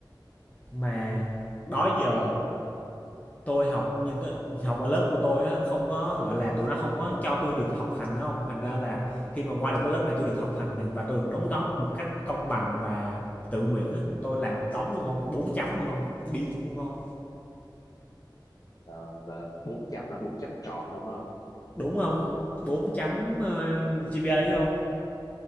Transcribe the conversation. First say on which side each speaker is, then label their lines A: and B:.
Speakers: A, on the left; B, on the left.
A: Mà đó
B: nghe đi
A: giờ
B: vậy ông?
A: tôi học nhưng cái học ở lớp của tôi á, không có, gọi là, tụi nó không có cho tôi được học hành á ông, thành ra là khi mà qua được cái lớp này tôi được học hành nè và tôi được đóng góp một cách công bằng và tự nguyện á. Tôi làm một đống luôn không? bốn chấm luôn không? điên luôn không?
B: Ờ, là bốn chấm là bốn chấm tròn luôn hả ông?
A: Đúng không? bốn chấm, ơ, GPA á ông,